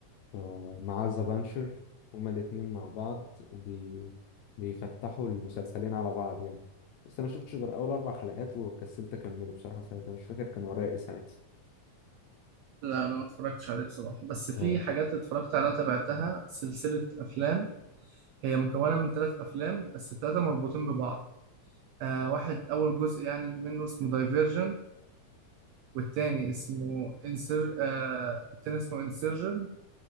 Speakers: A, on the left; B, on the right.
A: آه مع ذا بانشر هما الاتنين مع بعض بي... بيفتحوا المسلسلين على بعض يعني بس انا شفتش غير اول اربع حلقات وكسلت اكمله بصراحة ساعتها مش فاكر كان ورايا ايه ساعتها
B: لا أنا ما اتفرجتش عليه بصراحة بس في
A: آه.
B: حاجات اتفرجت عليها تابعتها سلسلة أفلام هي مكونة من ثلاث أفلام بس الثلاثة مربوطين ببعض آه واحد أول جزء يعني منه اسمه دايفيرجن والتاني اسمه انسر آه التاني اسمه انسرجن